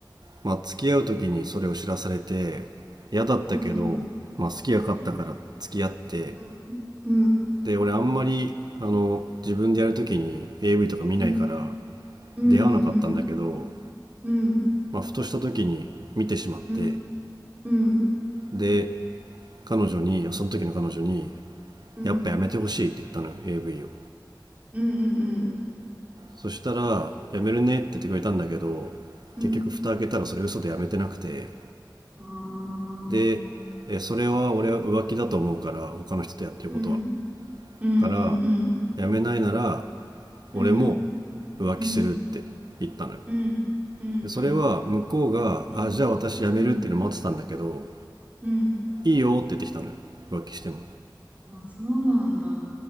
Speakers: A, on the right (about 65°); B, on the right (about 20°).
A: まあ付き合う時にそれを知らされて嫌だったけど、
B: うん
A: まあ、好きが勝ったから付き合って
B: うんうん。うんうん
A: で俺あんまりあの自分でやる時に AV とか見ないから
B: うんうんうん
A: 出会わなかったんだけど、
B: うん
A: まあ、ふとした時に見てしまって
B: うんうんうん
A: で彼女にその時の彼女に
B: うん
A: やっぱやめてほしいって言ったのよ AV を
B: うん
A: そしたらやめるねって言ってくれたんだけど結局蓋開けたらそれ嘘でやめてなくて
B: うんああ。
A: でえそれは俺は浮気だと思うから他の人とやってることは
B: うんうんうん
A: から、辞めないなら、
B: うん
A: 俺も浮気するって言ったのよ。
B: うんうんうんうんうん
A: で、それは向こうが、
B: うん
A: あ、じゃあ私辞めるっていうの待ってたんだけど、
B: うんうん
A: いいよって言ってきたのよ。浮気しても。
B: あ、そうなんだ。